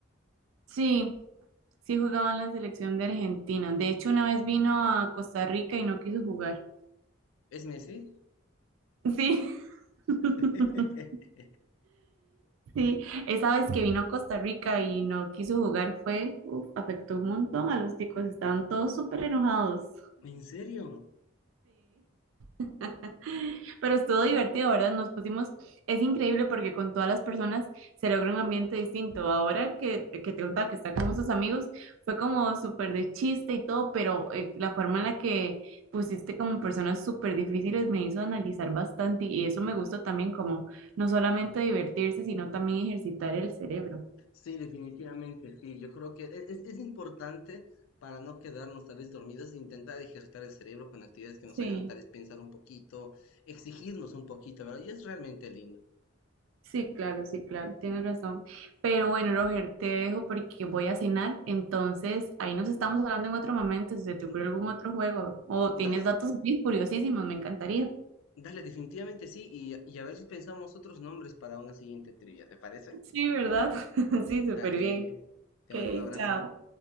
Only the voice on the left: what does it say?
¿Es Messi?
<laughs>
¿En serio?
Sí, definitivamente, sí. Yo creo que e- es, es importante para no quedarnos tal vez dormidos, intentar ejercitar el cerebro con actividades que
nos hagan tal vez pensar un poquito, exigirnos un poquito, ¿verdad? Y es realmente lindo.
Mm,
Dale,
Dale, definitivamente sí, y, a- y a ver si pensamos otros nombres para una siguiente trivia, ¿te parece?
Dale,
te
mando un abrazo.